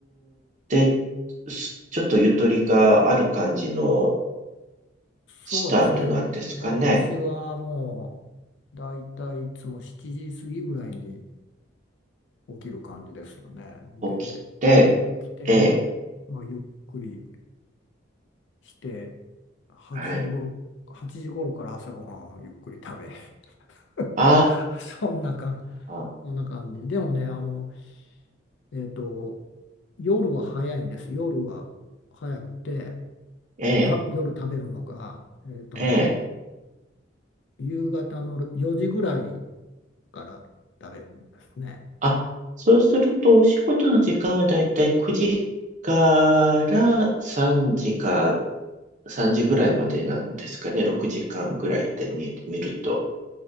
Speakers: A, on the right; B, on the left.
A: で、すちょっとゆとりがある感じのスタートなんですかね。
B: そうですね。私はもう、だいたいいつも7時過ぎぐらいに起きる感じですよね。で、
A: 起きて、
B: えー起きても、
A: ええ、
B: まあ、ゆっくり。して、8時頃、
A: はい。
B: 8時頃から朝ごはんをゆっくり食べ、<laughs>
A: あ
B: そんな感じ、
A: あ、
B: そんな感じ。でもね、あの、えっと、夜は早いんです。夜は早くて、
A: ええ、
B: えーた、夜食べるのが、えっとね、
A: ええ。
B: 夕方の4時ぐらいから食べるんですね。
A: あ、そうするとお仕事の時間はだいたい9時から3時か3時ぐらいまでなんですかね。6時間ぐらいで見えてみると